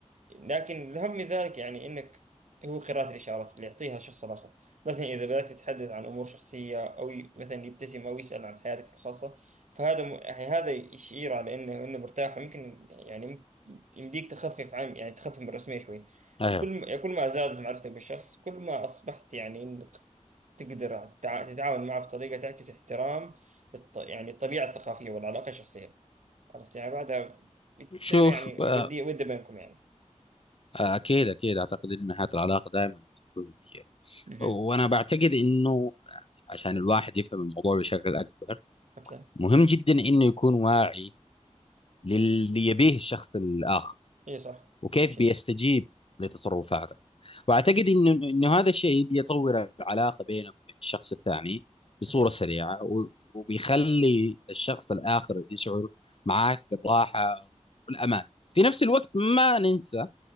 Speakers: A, on the right; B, on the left.
A: لكن الأهم من ذلك يعني انك هو قراءة الإشارات اللي يعطيها الشخص الآخر مثلا إذا بدأت تتحدث عن أمور شخصية أو ي- مثلا يبتسم أو يسأل عن حياتك الخاصة فهذا م... يعني هذا يشير على إنه إنه مرتاح ويمكن يعني يم- يمديك تخفف عن يعني تخفف من الرسمية شوي
B: ايوه
A: وكل ما... كل ما زادت معرفتك بالشخص كل ما أصبحت يعني إنك تقدر تتع- تتعاون معه بطريقة تعكس احترام الط... يعني الطبيعة الثقافية والعلاقة الشخصية عرفت يعني بعدها بتصير
B: شوف
A: يعني
B: آه
A: ودية ودة بينكم يعني
B: آه، اكيد اكيد اعتقد ان حياة العلاقة دائما تكون ودية
A: مهم.
B: وانا بعتقد انه آه، عشان الواحد يفهم الموضوع بشكل اكبر
A: مكان
B: مهم جدا انه يكون واعي للي يبيه الشخص الاخر
A: اي صح
B: وكيف
A: اهم شيء
B: بيستجيب لتصرفاتك واعتقد انه انه هذا الشيء بيطور العلاقه بينك وبين الشخص الثاني بصوره
A: اها
B: سريعه و- وبيخلي الشخص الاخر يشعر معك بالراحه والامان في نفس الوقت ما ننسى